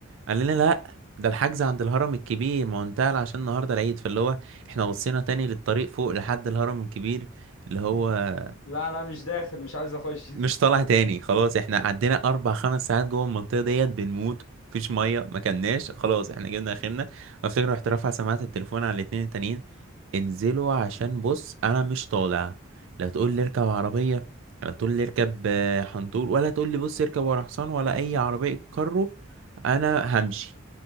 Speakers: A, on the right (about 60°); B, on the left (about 65°).
A: قال لنا لا ده الحجز عند الهرم الكبير ما هو انتهى عشان النهارده العيد فاللي هو احنا بصينا تاني للطريق فوق لحد الهرم الكبير اللي هو
B: لا لا مش داخل مش عايز اخش <laughs>
A: مش طالع تاني خلاص احنا عدينا اربع خمس ساعات جوه المنطقه ديت بنموت مفيش ميه ما كلناش خلاص احنا جبنا اخرنا افتكر رحت رافع سماعه التليفون على الاتنين التانيين انزلوا عشان بص انا مش طالع لا تقول لي اركب عربيه لا تقول لي اركب آه، حنطور ولا تقول لي بص اركب ورا حصان ولا اي عربيه كارو انا همشي